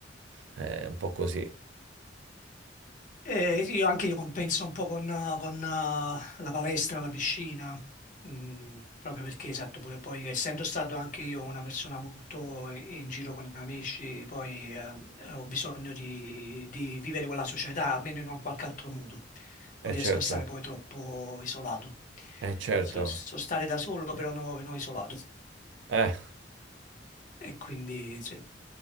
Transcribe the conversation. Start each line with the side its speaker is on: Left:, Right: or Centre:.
Right: È un po' così.
Left: Eh, sì, io anche io compenso un po' con, eh, con, eh, la palestra, la piscina, mm, proprio perché, esatto, pure poi essendo stato anche io una persona molto in giro con amici, poi eh, eh, ho bisogno di, di vivere con la società, almeno in un qualche altro modo.
Right: Eh
Left: Non
Right: certo,
Left: riesco a stare poi troppo isolato.
Right: eh certo.
Left: So, so stare da solo, però no- non isolato.
Right: Eh.
Left: E quindi, sì.